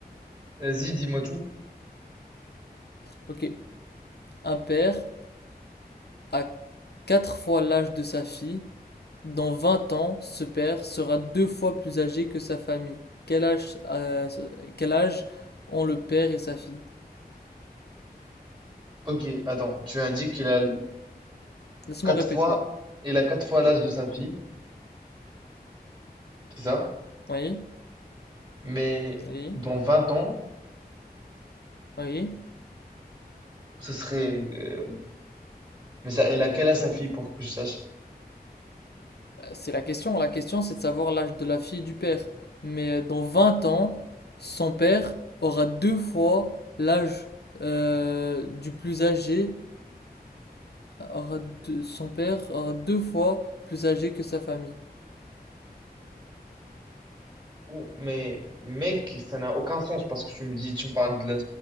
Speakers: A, on the right; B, on the left.
A: Vas-y, dis-moi tout.
B: Ok. Un père a quatre fois l'âge de sa fille Dans vingt ans, ce père sera deux fois plus âgé que sa famille. Quel âge, euh, quel âge ont le père et sa fille?
A: Ok, attends, tu indiques qu'il a
B: Laisse-moi
A: quatre
B: répéter.
A: fois, il a quatre fois l'âge de sa fille, c'est ça?
B: Oui,
A: Mais
B: oui,
A: dans 20 ans,
B: oui.
A: ce serait. euh, mais ça, elle a quel âge sa fille pour que je sache?
B: Euh, C'est la question. La question, c'est de savoir l'âge de la fille et du père. Mais euh, dans 20 ans, son père aura deux fois l'âge euh, du plus âgé. Aura deux- son père aura deux fois plus âgé que sa famille.
A: Ou- Mais mec, ça n'a aucun sens parce que tu me dis, tu me parles de la,